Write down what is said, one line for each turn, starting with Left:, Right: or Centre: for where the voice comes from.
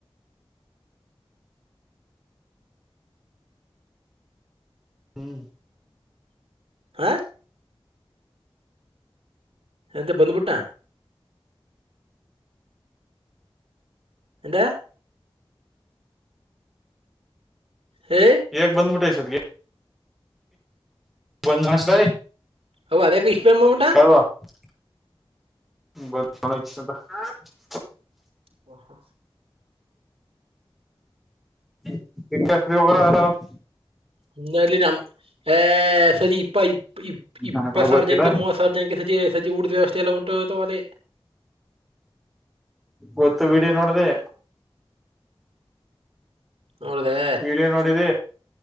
Centre: ಹ್ಮ್.
Right: ಹಾ, ಎದ ಬದ್ಬಿಟ್ಟಾ. ಎಂದಯಾ, ಹೇ,
Centre: ಹೇಗ್ ಬಂದ್ಬಟ್ಟೆ ಇಷ್ಟತ್ಗೆ. ಬಂದ್ ನಷ್ಟ
Right: ಅವ್ ಅದೇಗ ಇಸ್ಟ್ ಬೇಗ ಬಂದ್ಬಟ್ಟ.
Centre: <unintelligible>
Right: <inaudible>
Centre: <unintelligible>
Right: ಇನ್ನಲೆ ಹೇ ಸರಿ ಇಪ್ಪ ಇಪ್ಪ ಇಪ್ ಇಪ್ಪತ್ತು
Centre: ನನಗ್ ಕೂಡ
Right: ಸಾವಿರ
Centre: ಗೊತ್ತಿಲ್ಲ
Right: ಜನಕ್ಕೆ ಮೂವತ್ ಸಾವಿರ ಜನಕ್ಕೆ ಸಚಿ ಸಜಿ ಊಟದ ವ್ಯವಸ್ಥೆಲ್ಲಂಟು ಅಲ್ಲಿ.
Centre: ಗೊತ್ತು ವಿಡಿಯೋ ನೋಡದೆ.
Right: ನೋಡ್ದೆ.
Centre: ವಿಡಿಯೋ ನೋಡಿದೇ